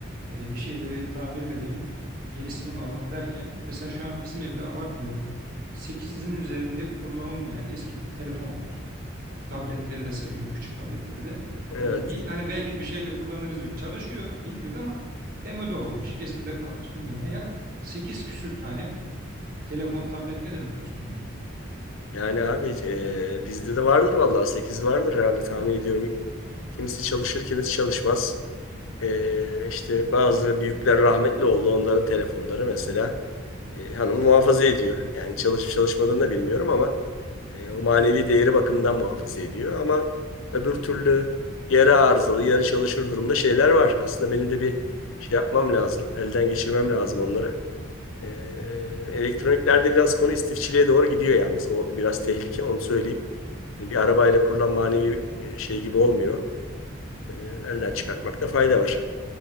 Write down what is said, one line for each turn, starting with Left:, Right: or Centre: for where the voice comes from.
Right: e, bir şeyleri tamir mi edelim, yenisini mi alalım derken. Mesela şu an bizim evde abartmıyorum. Sekizin üzerinde kullanılmayan eski tip telefon var. Tabletleri de seviyorum o küçük tabletleri de.
Left: Evet.
Right: Yani bir yani belki bir şeyde kullanırız diyor. Çalışıyor iyi kötü ama demode olmuş, eskide kalmış bilmem ne ya. sekiz küsür tane telefon, tablet ne demek dostum ya?
Left: Yani abi e, bizde de vardır vallahi 8 vardır herhalde tahmin ediyorum. Kimisi çalışır, kimisi çalışmaz. Ee, işte bazı büyükler rahmetli oldu. Onların telefonları mesela e, hanım muhafaza ediyor. Yani çalışıp çalışmadığını da bilmiyorum ama e, o manevi değeri bakımından muhafaza ediyor. Ama öbür türlü yarı arızalı, yarı çalışır durumda şeyler var. Aslında benim de bir şey yapmam lazım. Elden geçirmem lazım onları. Ee, elektroniklerde biraz konu istifçiliğe doğru gidiyor yalnız. O biraz tehlike onu söyleyeyim. Yani bir arabayla kurulan manevi e, şey gibi olmuyor. Ee, elden çıkartmakta fayda var.